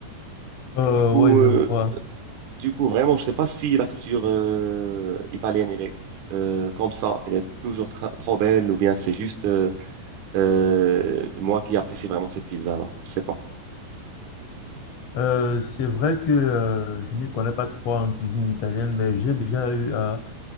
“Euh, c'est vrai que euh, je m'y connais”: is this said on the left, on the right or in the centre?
Left